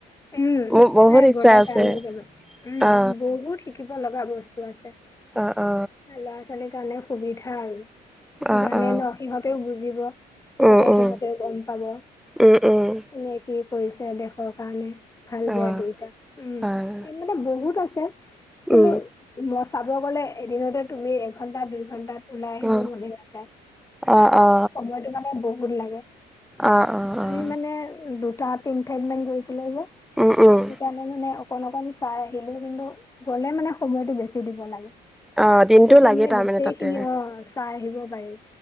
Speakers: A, on the left (about 20°); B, in the centre.
A: উম,
B: মোৰ বহুত
A: সেই
B: ইচ্ছা
A: গ'লে
B: আছে
A: তালৈ যাবা। উম,
B: অ
A: বহুত শিকিব লগা বস্তু আছে।
B: অ অ
A: ল'ৰা ছোৱালীৰ কাৰণে সুবিধা আৰু।
B: অ অ
A: জানে
B: অ
A: ন সিহঁতেও বুজিব তেতিয়া
B: উম উম
A: সিহঁতেও গম পাব।
B: উম উম,
A: নে একেই কৰিছে দেশৰ কাৰণে ভাল
B: অ
A: বেয়া দুয়োটা উম।
B: হয়
A: এই মানে বহুত আছে। কিন্তু
B: উম
A: মই চাব গ'লে এদিনতে তুমি এঘন্টা, দুই ঘণ্টাত ওলাই আহিব
B: অ
A: মনে নাযায়
B: অ অ অ
A: সময়টো মানে বহুত লাগে।
B: অ অ
A: আমি
B: অ
A: মানে দুটা তিন ঠাইত মান গৈছিলো যে।
B: উম-উম,
A: সেইকাৰণে মানে অকণ-অকণ চাই আহিলো কিন্তু গ'লে মানে সময়টো বেছি দিব লাগে। তেতিয়া
B: অ দিনটো লাগে
A: মানে
B: তাৰমানে
A: গোটেই
B: তাতে
A: খিনি অ', চাই আহিব পাৰি